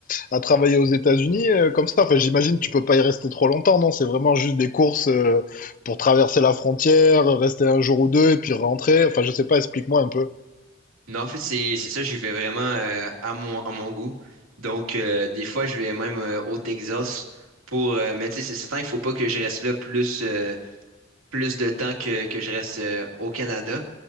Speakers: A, on the left (about 40°); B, on the right (about 80°).
A: à travailler aux États-Unis euh, comme ça. Enfin, j'imagine tu peux pas y rester trop longtemps, non? C'est vraiment juste des courses euh, pour traverser la frontière, rester un jour ou deux et puis rentrer. Enfin, je sais pas, explique-moi un peu.
B: Non, en fait, c'est, c'est ça, j'y vais vraiment euh, à mon, à mon goût. Donc, euh, des fois, je vais même euh, au Texas pour... euh, mais tu sais, c'est certain, il faut pas que je reste là plus, euh, plus de temps que, que je reste euh, au Canada.